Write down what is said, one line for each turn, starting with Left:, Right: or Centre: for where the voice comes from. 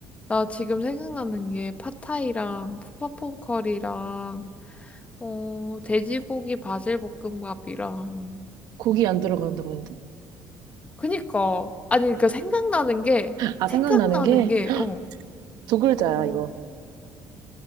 Left: 나 지금 생각나는 게 팟타이랑 푸파퐁커리랑 어, 돼지고기 바질 볶음밥이랑
Right: 고기 안 들어간다고 했는데.
Left: 그니까 아니 그러니까 생각나는 게
Right: 아,
Left: 생각나는
Right: 생각나는 게
Left: 게 어,
Right: 두 글자야,
Left: 어,
Right: 이거.